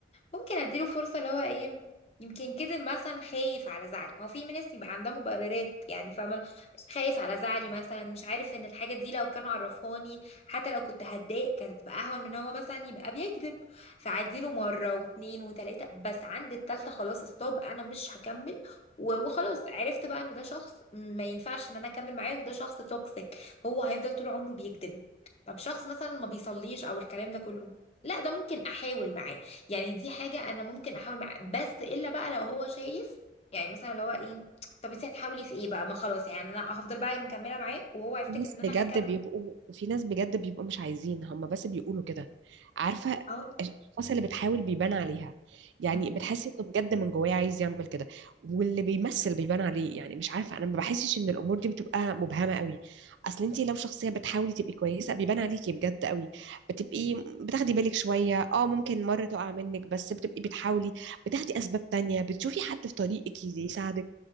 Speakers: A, on the left; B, on the right.
A: ممكن اديله فرصة اللي هو ايه يمكن كده مثلا خايف على زعلي ما هو في ناس يبقى عندها مبررات يعني فاهمة خايف على زعلي مثلا مش عارف ان الحاجة دي لو كان عرفهاني حتى لو كنت هتضايق كانت هتبقى اهون من إن هو مثلا يبقى بيكذب فعديله مرة واتنين وتلاتة بس عند التالتة خلاص ستوب انا مش هكمل و- وخلاص عرفت بقى ان ده شخص ما ينفعش ان انا اكمل معاه وده شخص توكسيك هو هيفضل طول عمره بيكذب طب شخص مثلا ما بيصليش او الكلام ده كله لا ده ممكن احاول معاه يعني دي حاجة أنا ممكن أحاول معاه بس إلا بقى لو هو شايف يعني مثلا لو هو إيه طب أنت هتحاولي في إيه بقى ما خلاص يعني أنا هفضل بقى مكملة معاه وهو هيفتكر
B: في ناس
A: إن أنا
B: بجد
A: هكمل
B: بيبقوا في ناس بجد بيبقوا مش عايزين هم بس بيقولوا كده عارفة
A: أهو
B: الأشخاص اللي بتحاول بيبان عليها يعني
A: م-
B: بتحس إنه بجد من جواه عايز يعمل كده واللي بيمثل بيبان عليه يعني مش عارفة أنا ما بحسش إن الأمور دي بتبقى مبهمة قوي أصل أنت
A: م-
B: لو شخصية بتحاولي تبقي كويسة بيبان عليكي بجد قوي بتبقي بتاخدي بالك شوية أه ممكن مرة تقع منك بس بتبقي بتحاولي بتاخدي أسباب تانية بتشوفي حد في طريقك يساعدك